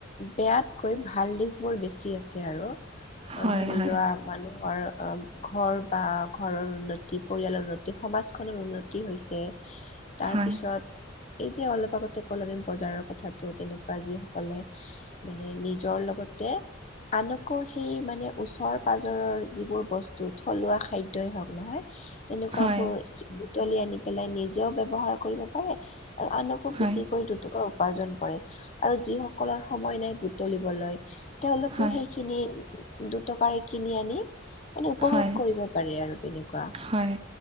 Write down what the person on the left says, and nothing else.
বেয়াতকৈ, ভাল দিশ বোৰ বেছি আছে আৰু
ধৰি
লোৱা মানুহৰ ঘৰ বা ঘৰৰ উন্নতি, পৰিয়ালৰ উন্নতি, সমাজখনৰ উন্নতি হৈছে। তাৰপিছত,
এই যে, অলপ আগতে ক'লো! আমি বজাৰৰ কথাটো, তেনেকুৱা যিসকলে মানে, নিজৰ লগতে আনকো, সেই মানে, ওচৰ-পাজৰৰ যিবোৰ বস্তু, থলুৱা খাদ্য খাদ্যই হওঁক নহয়, তেনেকুৱাবোৰ
বুতলি আনি পেলাই, নিজে ব্যৱহাৰ কৰিব, কৰে। আৰু আনকো
বিক্ৰী কৰি, দুটকা উপাৰ্জন কৰে। আৰু যিসকলৰ সময় নাই বুটলিবলৈ, তেওঁলোকেও
সেই খিনি, দুটকাৰ কিনি আনি, মানে উপভোগ
কৰিব পাৰে আৰু তেনেকুৱা।